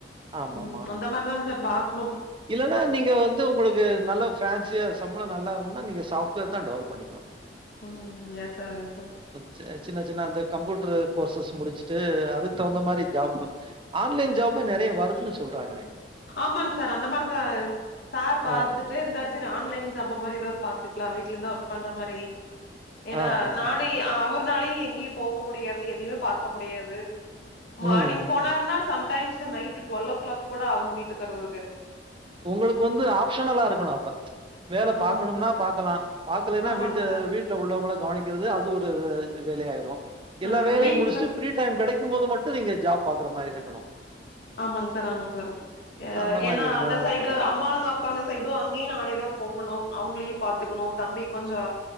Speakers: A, on the right; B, on the left.
A: ஆமாமா.
B: ம் அந்த மாரிதாங் சார் பாக்
A: இல்லன்னா நீங்க வந்து உங்குளுக்கு நல்ல ஃபேன்சியா சம்பளோ நல்லாம்னா நீங்க சாஃப் ட்வேர்தா டெவலப் பண்ணிக்குணு
B: ம் எஸ் சா எஸ் சா
A: சி சின்ன சின்ன அந்த கம்ப்யூட்ரு கோர்சஸ் முடிச்சுட்டு அதுக் தவுந்த மாரி ஜாப்பு ஆன்லைன் ஜாப்பே நெற ய வருதுன்னு சொல்றாகளே
B: ஆமாங் சார் அந்த மார்தா சார் பாத்துட்டே
A: ஆ,
B: இருந்தாரு செர் ஆன்லை ன் ஜாப்ப மாரி எதாவ்து பாத்துக்லா வீட்லந்த ஒர்க் பண்ற மாரி ஏனா
A: ஆ, ஆ, ஆ,
B: நானே
A: ஆ.
B: இ அவுரு னாலியு எங்கியு போக முடியாது எதையுமே பாக்க முடியாது மானிங்
A: ம், ம்,
B: போனாருனா
A: ம்.
B: sometimes night twelve o'clock கூட ஆகுங் வீட்டுக் வறதுக்கு
A: உங்களுக்கு வந்து ஆப்ஷனலா இருக்கணு அப்ப வேல
B: ஆமாங்
A: பாக்கணும்னா
B: சார்
A: பாக்கலா பாக்கலைனா
B: ஆமாங்
A: வீட்ட
B: சார்
A: வீட்ல உள்ளவங்கள கவனிக்கிறது அது ஒரு வ வேலை ஆயிரு எல்லா
B: அ
A: வேலையும்
B: வீட்ல
A: முடிச்ட்டு ஃப்ரீ டைம் கெடைக்கும் போது மட்டு நீங்க ஜாப் பாக்கற மாரி இருக்குணு
B: ஆமாங் சார் ஆமாங் சார் அ
A: அந்த
B: ஏனா
A: மாரி இருந்தா
B: அந்த சை
A: நல்லா
B: டு
A: இருக்கு
B: அம்மாங்க அப்பாங்க சைடு அங்கியு நானே தா போ கணு அவுங்ளையு பாத்துக்கணு தம்பி கொஞ்சோ